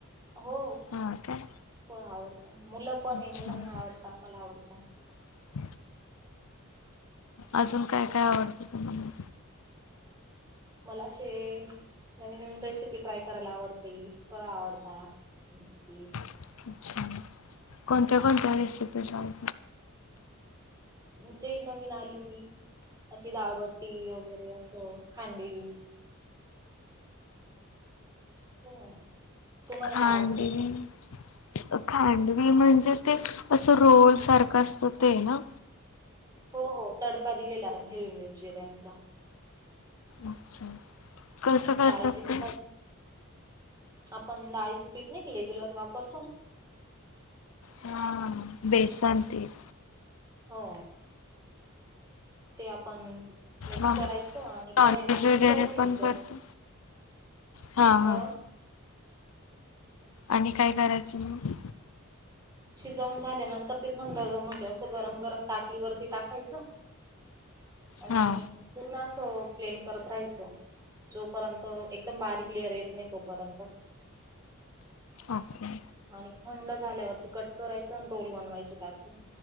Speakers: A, on the right; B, on the left.
A: हो
B: हा काय?
A: फळ आवडत मुलं पण
B: अच्छा.
A: आहे मुलांना आवडता मला आवडता. <inaudible>
B: <inaudible> अजून काय काय आवडतं त्यांना मग.
A: मला असे नवीन नवीन रेसिपी ट्राय करायला आवडती फळ आवडता. बस ते
B: अच्छा कोणत्या कोणत्या रेसिपी ट्राय
A: म्हणजे नवीन आली ती. अशी दाळबट्टी वगैरे असं खांडवी. हो तुम्हाला
B: खांडवी
A: काय आवडते
B: खांडवी म्हणजे ते असं रोल सारखं असतं ते ना.
A: हो हो तडका दिलेला हिरवी मिरची जिऱ्यांचा.
B: अच्छा कसं करतात
A: डाळीचे पिठाचे
B: ते.
A: आपण डाळीच पीठ नाही की रेग्युलर वापरतो ना.
B: हा बेसन पीठ.
A: हो ते आपण मिक्स
B: हा
A: करायचं आणि
B: नॉनव्हेज
A: कढाई मध्ये
B: वगैरे
A: शिजवून घ्यायचं.
B: पण करतो हा
A: अ
B: हा आणि काय करायचं मग.
A: शिजवून झाल्यानंतर ते थंड म्हणजे असं गरम गरम ताटलीवरती टाकायचं. आणि
B: हा
A: पूर्ण असं प्लेन करत राहायचं. जोपर्यंत एकदम बारीक क्लिअर येत नाही तोपर्यंत
B: ओके
A: आणि थंड झाल्यावरती कट करायच आणि रोल बनवायचे त्याचे